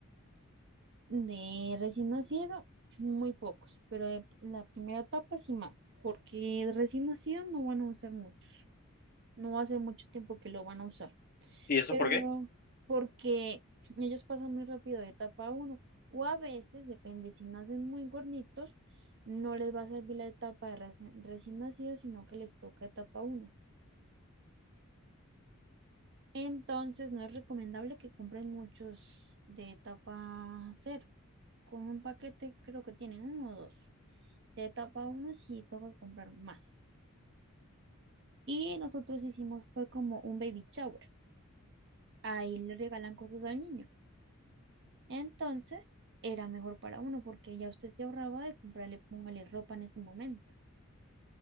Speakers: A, on the right; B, on the left.
A: de recién nacido. Muy pocos, pero de la primera etapa sí más, porque de recién nacido no van a usar muchos, no va a ser mucho tiempo que lo van a usar.
B: ¿Y eso
A: Pero
B: por qué?
A: no, porque ellos pasan muy rápido de etapa uno o a veces, depende, si nacen muy gorditos, no les va a servir la etapa de reci- recién nacidos, sino que les toca etapa uno Entonces, no es recomendable que compren muchos de etapa cero Con un paquete creo que tienen uno o dos. De etapa uno sí toca comprar más. Y nosotros hicimos fue como un baby shower. Ahí le regalan cosas al niño. Entonces, era mejor para uno porque ya usted se ahorraba de comprarle, póngale ropa en ese momento.